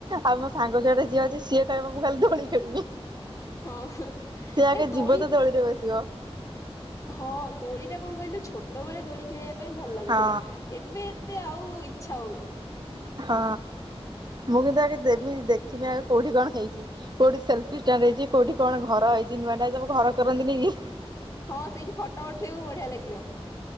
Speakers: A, on the right; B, on the left.
A: ଆଉ ମୋ ସାଙ୍ଗ ଯୁଆଡେ ଯିବ ଯେ ସିଏ କହିବ ମୁଁ ଖାଲି ଦୋଳି ଖେଳିବି। <inaudible>
B: ହଁ
A: ସେ ଆଗେ
B: ନାଇଁ ଦୋଳି
A: ଯିବ ତ ଦୋଳିରେ ବସିବ।
B: ହଁ ଦୋଳି ଟା କଣ କହିଲୁ ଛୋ ଟବେଳେ ଦୋଳି ଖେଳିବା ପାଇଁ ଭଲ ଲାଗୁଥିଲା
A: ହଁ
B: ଏବେ ଏତେ ଆଉ ଇଚ୍ଛା ହଉନି।
A: ହଁ ମୁଁ କିନ୍ତୁ ଆଗେ ଦେମି ଦେଖିମି ଆଗ କୋଉଠି କଣ ହେଇଛି କୋଉଠି ସେଲଫି ଷ୍ଟାଣ୍ଡ ହେଇଛି କୋଉଠି କଣ ଘର ହେଇଛି ଯେ ନୁଆ ନୁଆ ସବୁ ଘର କରନ୍ତିିନି କି?
B: ହଁ ସେଇଠି ଫଟୋ ଉଠେଇବୁ ବଢିଆ ଲାଗିବ।